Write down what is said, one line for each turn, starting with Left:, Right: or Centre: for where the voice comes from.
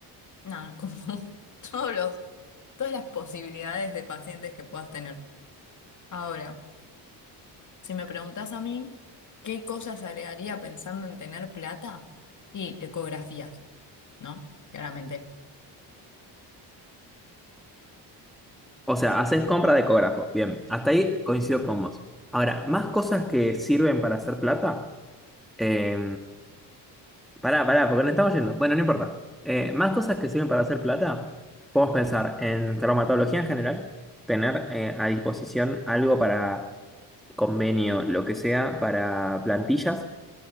Left: Nada, como <laughs> todos los, todas las posibilidades de pacientes que puedas tener. Ahora, si me preguntas a mí, ¿qué cosas agregaría pensando en tener plata? Y ecografías, ¿no? Claramente.
Centre: O sea, haces compra de ecógrafo. Bien, hasta ahí coincido con vos. Ahora, más cosas que sirven para hacer plata. Eh, pará, pará, porque nos estamos yendo. Bueno, no importa. Eh, más cosas que sirven para hacer plata. Podemos pensar en traumatología en general, tener eh, a disposición algo para convenio, lo que sea, para plantillas